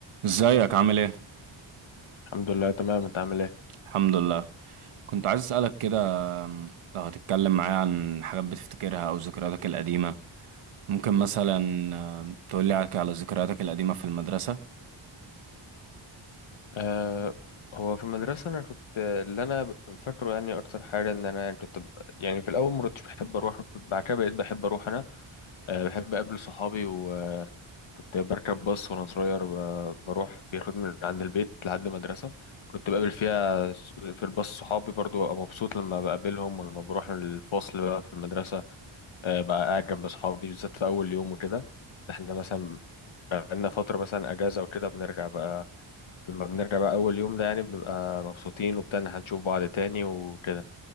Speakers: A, on the right; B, on the left.
A: ازيك عامل ايه؟
B: الحمد لله تمام انت عامل ايه
A: الحمد لله كنت عايز اسألك كده أم، لو هتتكلم معايا عن حاجات بتفتكرها او ذكرياتك القديمة ممكن مثلا أم، تقولي على على ذكرياتك القديمة في المدرسة
B: أه هو في المدرسه انا كنت اللي انا ب- فاكره يعني اكتر حاجه ان انا يعني كنت ب... يعني في الاول ما كنتش بحب اروح بعد كده بقيت بحب اروح انا أه بحب اقابل صحابي وكنت بركب باص وانا صغير ب... بروح بياخدني من عند البيت لحد المدرسه كنت بقابل فيها س- في الباص صحابي برضو ابقى مبسوط لما بقابلهم ولما بروح الفصل بقى في المدرسه أه بقى قاعد جنب صحابي بالذات في اول يوم وكده احنا مثلا بقالنا فتره مثلا اجازه وكده بنرجع بقى لما بنرجع بقى أول يوم ده يعني بنبقى مبسوطين وبتاع إن هنشوف بعض تاني وكده